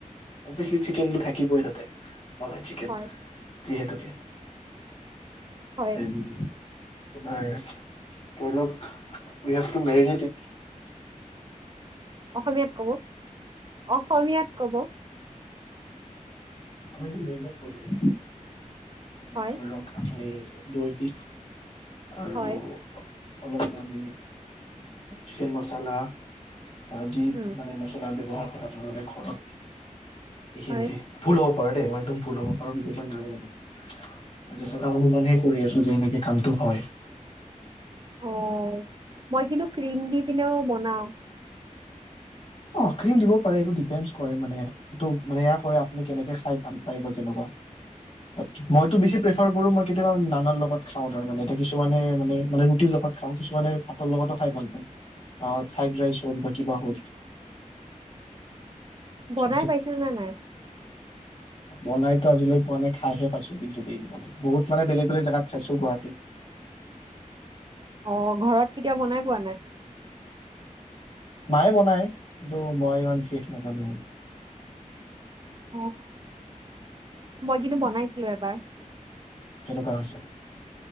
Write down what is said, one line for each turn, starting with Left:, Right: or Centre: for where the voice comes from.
Left: অভিয়াচলি চিকেনো থাকিবই তাতে । মলাই চিকেন
Right: হয়
Left: যিহেতুকে।
Right: হয়
Left: <inaudible> ধৰি লওক উই হেভ টু মেৰিনেটেত
Right: অসমীয়াত ক'ব, অসমীয়াত ক'ব।
Left: আমিটো মেৰিনেট কৰিলো এ।
Right: হয়
Left: ধৰিলক আপুনি। দৈ দি আৰু
Right: হয়
Left: ক'ক। অলপমান চিকেন মচালা। ভাজিত
Right: উম
Left: মানে মছলা ব্যৱহাৰ। আপোনালোকে ঘৰত । এইখিনতে
Right: হয়
Left: ফুল হ'ব। হয়দে মই একদম ভুল হ'ব পাৰো <unintelligible> যচটা অনুমানে কৰি আছো যে এনেকে কামটো হয় ।
Right: অ' মই কিন্তু ক্ৰীম দি পিনেও বন আহ্।
Left: অ' ক্ৰিম দিব পাৰেটো ডিপেণ্ট কৰে মানে এইটো মানে এয়া কৰে আপুনি কেনেকে খাই ভাল পায় বা কেনেকুৱা মইটো বেছি প্ৰিফাৰ কৰো মই কেতিয়াবা নানাৰ লগত খাওঁ তাৰে এ কিছুমানে মানে মে ৰুটিৰ লগত খাওঁ কিছুমানে ভাতৰ লগতো খাই ভাল পায় ফ্ৰাইড ৰাইচ হ'ল বা কিবা হ'ল।
Right: বনাই
Left: <unintelligible>
Right: পাইছিলো নে নাই
Left: বনাই। আজিলৈ পোৱা নাই খাইহে পাইছো কিন্তু দেই মানে বহুত মানে বেলেগ বেলেগ জেগাত খাইছো গুৱাহাটীৰ ।
Right: অ' ঘৰত কেতিয়াও বনাই পোৱা নাই।
Left: মায়ে বনাই কিন্তু মই ইমান বিশেষ নাজানো আৰু ।
Right: অ' মই কিন্তু বনাইছিলো এবাৰ ।
Left: তেনেকুৱা হৈছে ।